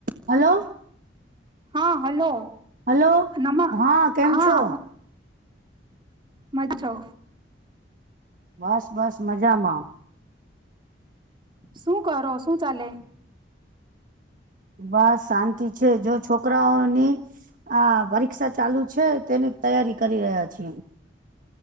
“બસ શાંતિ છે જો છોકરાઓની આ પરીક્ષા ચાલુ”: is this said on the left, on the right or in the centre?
Right